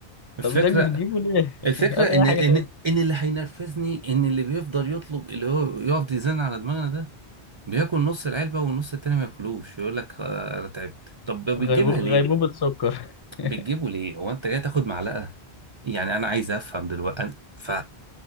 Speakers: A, on the right (about 45°); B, on the left (about 30°).
A: الفكره
B: طب بتجيب بتجيبه ليه؟
A: الفكره
B: <laughs> هات
A: ان
B: أي
A: ان
B: حاجة تاني
A: ان اللي هينرفزني ان اللي بيفضل يطلب اللي هو يقعد يزن على دماغنا ده بياكل نص العلبه والنص التاني ما ياكلوش يقول لك آه، انا تعبت طب بتجيبها
B: غيبو... غيبوبة
A: ليه
B: سكر <laughs>
A: بتجيبه ليه هو انت جاي تاخد معلقه يعني انا عايز افهم دلوقتي أنا- ف